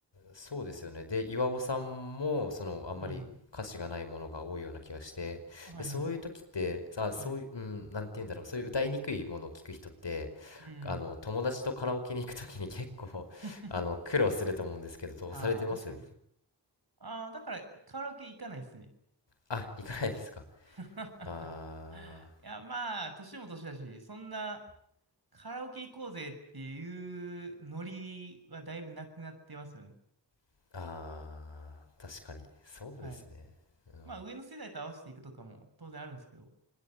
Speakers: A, on the left; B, on the right.
A: そうですよね。で、岩尾さんも、その、あんまり歌詞がないものが多いような気がして、
B: うん。はいはい。
A: で、そういう時って、さ、そういう、
B: はい。
A: うん、なんて言うんだろう、そういう歌いにくいものを聞く人って、
B: うん。
A: あの、友達とカラオケに行く時に結構、
B: <laughs>
A: <laughs> あの、苦労すると思うんですけど、どうされてます
B: ああ、確かに。ああ、だからカラオケ行かないっすね。
A: あ、行かないですか
B: <laughs>
A: あ
B: いや、まあ、年も年だし、そんなカラオケ行こうぜっていうノリはだいぶなくなってますよね。
A: ー、あー、確かに。そうですね。
B: はい。
A: うん、
B: まあ、上の世代と合わせていくとかも当然あるんですけど。